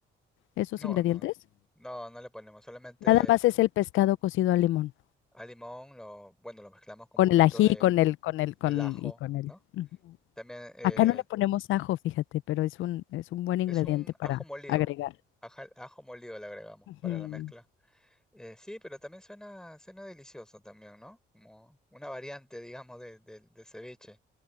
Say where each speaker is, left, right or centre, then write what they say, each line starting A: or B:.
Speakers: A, on the left (about 80°); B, in the centre.
A: esos
B: No,
A: ingredientes?
B: no, no, no le ponemos, solamente
A: Nada más es el pescado cocido al limón,
B: al limón, lo, bueno, lo mezclamos con
A: con
B: un poquito
A: el ají,
B: de
A: con el, con el, con,
B: el ajo,
A: y con el.
B: ¿no?
A: Ujú.
B: También eh,
A: Acá no le ponemos ajo, fíjate, pero es un, es un buen ingrediente
B: Es un
A: para
B: ajo molido.
A: agregar.
B: Aja- ajo molido le agregamos
A: Ujú.
B: para la mezcla. Eh, sí, pero también suena, suena delicioso también, ¿no? Como una variante, digamos, de, de- del ceviche.